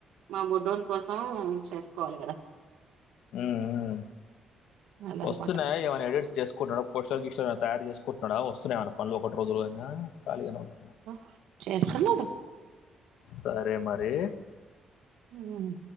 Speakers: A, on the right (about 80°); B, on the left (about 80°).
A: మా బుడ్డొని కోసం చేసుకోవాలి గదా.
B: ఊ హూ
A: అలా
B: వస్తున్నాయా
A: అనమాట
B: ఏమైనా ఎడిట్స్ చేసుకుంటాడా పోస్టల్ గీస్టల్ ఏమన్న తయారు చేసుకుంటున్నడా వస్తున్నాయా ఏమన్న పనులు ఒకటి రోజులు గూడంగా ఖాళిగనే ఉంటున్
A: ఓహ్ చేస్తున్నడు
B: సరే మరీ
A: ఉహ్మహ్మ్